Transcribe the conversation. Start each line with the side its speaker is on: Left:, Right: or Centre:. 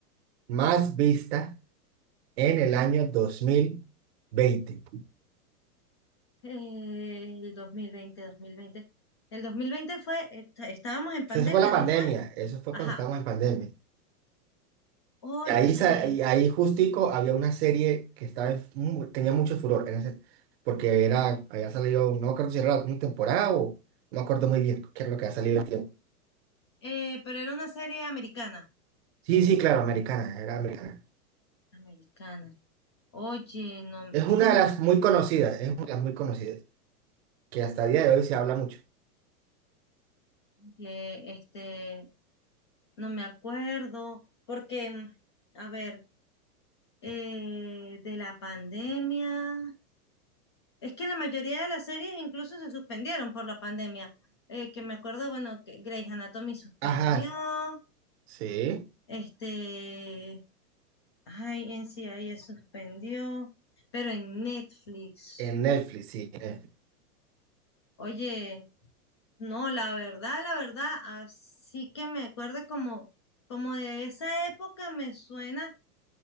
Right: más vista en el año dos mil veinte
Left: Eh, el dos mil veinte. dos mil veinte. El 2020 fue, est- estábamos en pandemia,
Right: Esa fue la pandemia,
Left: ¿no fue?
Right: eso fue
Left: Ajá.
Right: cuando estábamos en pandemia.
Left: Oye.
Right: Y ahí, sa- y ahí justico había una serie que estaba en mu- tenía mucho furor, en ese- porque era, había salido, no me acuerdo si era una temporada o no me acuerdo muy bien qué es lo que ha salido el tiempo.
Left: Eh, pero era una serie americana.
Right: Sí, sí, claro, americana, era americana.
Left: Americana. Oye, no,
Right: Es
Left: oye,
Right: una
Left: no,
Right: de las muy conocidas, es una de las muy conocidas, que hasta el día de hoy se habla mucho.
Left: eh, este, no me acuerdo, porque, mm, a ver, eh, de la pandemia, es que la mayoría de las series incluso se suspendieron por la pandemia. Eh, que me acuerdo, bueno, que Grey's Anatomy suspendió,
Right: Ajá, sí,
Left: este, ay, NCIS suspendió, pero en Netflix,
Right: en Netflix, sí. en Netflix.
Left: oye, No, la verdad, la verdad, así que me acuerdo como, como de esa época me suena